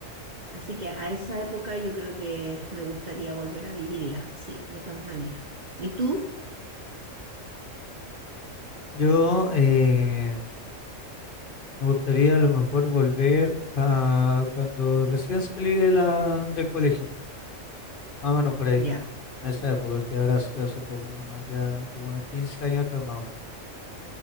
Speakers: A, on the right (about 45°); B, on the left (about 45°).
A: Así que a esa época yo creo que me gustaría volver a vivirla, sí, de todas maneras. ¿Y tú?
B: Yo, eh, Me gustaría a lo mejor volver a cuando recién salí de la, del colegio, más o menos por ahí,
A: Ya,
B: en esa época que ahora sido hace como unos, ya, como unos 15 años atrás más o menos.